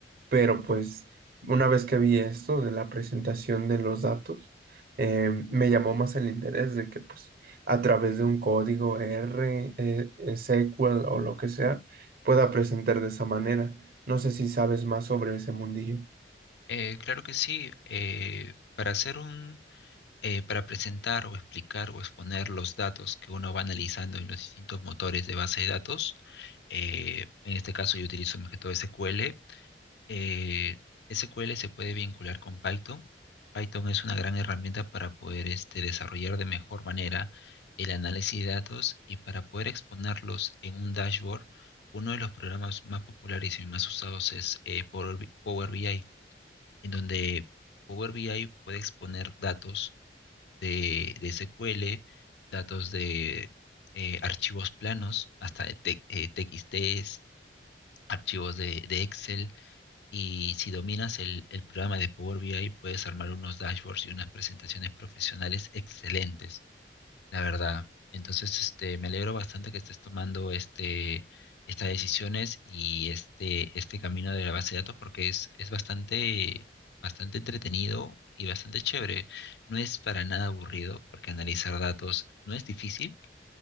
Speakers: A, on the right; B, on the left.
A: pero pues una vez que vi esto de la presentación de los datos, eh, me llamó más el interés de que pues a través de un código R, eh, eh, SQL o lo que sea, pueda presentar de esa manera. No sé si sabes más sobre ese mundillo.
B: Eh, claro que sí. eh, para hacer un, eh, para presentar o explicar o exponer los datos que uno va analizando en los distintos motores de base de datos, eh, en este caso yo utilizo más que todo SQL Eh, SQL se puede vincular con Python. Python es una gran herramienta para poder este, desarrollar de mejor manera el análisis de datos y para poder exponerlos en un dashboard. Uno de los programas más populares y más usados es eh, Power B- Power BI, en donde Power BI puede exponer datos de, de SQL, datos de eh, archivos planos, hasta de te- eh, TXTs, archivos de de Excel y si dominas el, el programa de Power BI, puedes armar unos dashboards y unas presentaciones profesionales excelentes, la verdad. Entonces, este, me alegro bastante que estés tomando este, estas decisiones y este, este camino de la base de datos porque es, es bastante, bastante entretenido y bastante chévere. No es para nada aburrido porque analizar datos no es difícil